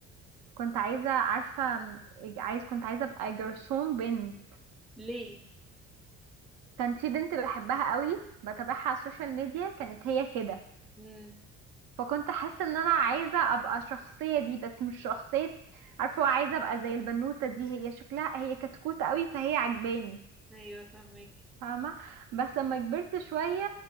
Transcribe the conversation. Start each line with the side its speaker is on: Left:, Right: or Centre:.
Right: كنت عايزه عارفه م، عايز كنت عايزه ابقى جرسون بنت
Centre: ليه
Right: كان في بنت بحبها قوي بتابعها على السوشيال ميديا كانت هي كده
Centre: امم
Right: فكنت حاسه ان انا عايزه ابقى الشخصيه دي بس مش شخصيه عارفه عايزه ابقى زي البنوته دي هي شكلها هي كتكوت قوي فهي عجباني
Centre: ايوه فاهمك
Right: فاهمه بس لما كبرت شويه